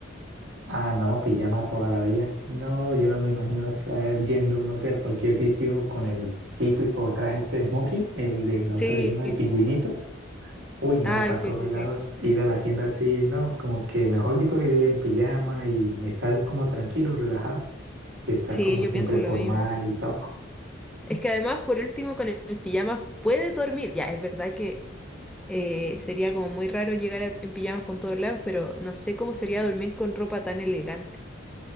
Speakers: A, on the right; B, in the centre.
A: Ah, no, pijama toda la vida. No, yo no me imagino estar yendo, no sé, a cualquier sitio con el típico traje este de smoking, el de nosotros
B: Sí,
A: le decimos el pingüinito. Uy, no,
B: ay,
A: para
B: sí,
A: todos
B: sí,
A: lados,
B: sí.
A: ir a la tienda así, no, como que mejor yo prefiero ir en pijama y estar como tranquilo, relajado, que estar
B: Sí,
A: como
B: yo
A: siempre
B: pienso lo
A: formal
B: mismo.
A: y todo.
B: Es que además, por último, con el, el pijama puedes dormir. Ya, es verdad que eh, sería como muy raro llegar a- en pijamas con todos lados, pero no sé cómo sería dormir con ropa tan elegante.